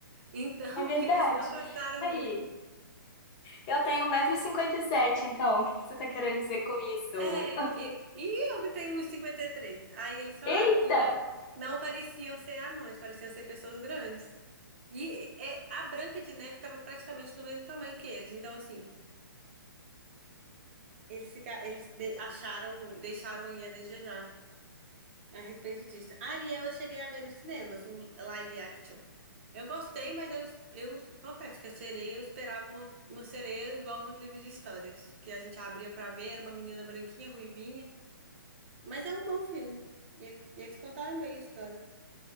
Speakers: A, on the right; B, on the left.
A: Então,
B: é verdade.
A: <laughs> eles não gostaram
B: Aí, eu tenho um metro e cinquenta e sete, então, o que que você tá querendo dizer com isso?
A: É, e, e eu que tenho uns cinquenta e três Aí eles falaram
B: Eita!
A: que não, não pareciam ser anões, pareciam ser pessoas grandes. E é, a Branca de Neve estava praticamente do mesmo tamanho que eles. Então, assim, eles, fica, eles de- acharam, deixaram aí a desejar a respeito disso. Ariel, eu cheguei a ver nos cinemas, o live action. Eu gostei, mas eu, es- eu confesso que a sereia, eu esperava uma, uma sereia igual dos livros de histórias, que a gente abria pra ver, era uma menina branquinha, ruivinha. Mas é um bom filme. E ele- eles contaram bem a história.